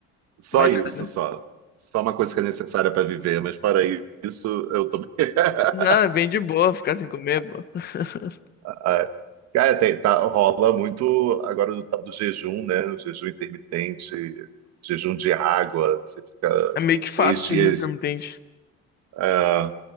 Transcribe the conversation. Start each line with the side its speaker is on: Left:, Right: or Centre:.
Right: só
Left: Mais
Right: isso,
Left: nada.
Right: só. Só uma coisa que é necessária para viver, mas fora isso, eu tô bem. <laughs>
Left: Não, é bem de boa ficar sem comer, pô. <laughs>
Right: Ah, Cara, tem- tá, rola muito agora do tal do jejum, né? O jejum intermitente, jejum de água, que você fica
Left: É meio que fácil
Right: três dias.
Left: o jejum intermitente.
Right: Ah,